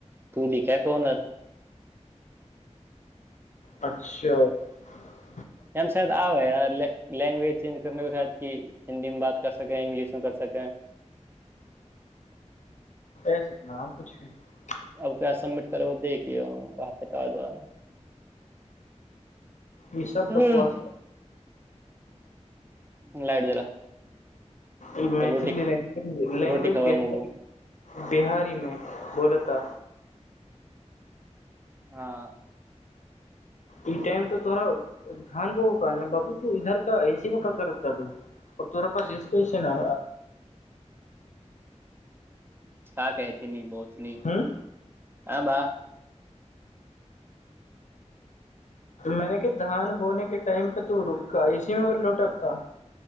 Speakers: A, on the right (about 20°); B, on the left (about 85°).
A: तू लिखा कहनर
B: अच्छा ह
A: एम शायद आै लेंग्वेज चेंज करने के साथ कि हिन्दी में बात कर सकै इंग्लिश कर सकै ह
B: ऐसेतना कुछ भी <unintelligible>
A: अब क्य समिट करे देखिय कहाँ पता आ जा
B: ई सब
A: हम्म,
B: बकवास
A: लाइट जला
B: ई मैथिली
A: रोटी
B: लै
A: रोटी
B: लैंग्वेज
A: खावा
B: बिहारी
A: मगो
B: बिहारीमे बोलत कुत्ता
A: हँ
B: ई टाइम तऽ तोड़रा ध्यान बहु क ने ह बाबू तू इधर का ऐसे मे क करतता दू तोरा पास स्टेशन
A: क कहती न बहुत कनी
B: ह
A: आ ब
B: मैने क धान बोने के टाइम पे तो रुका इसीमे व लौटपता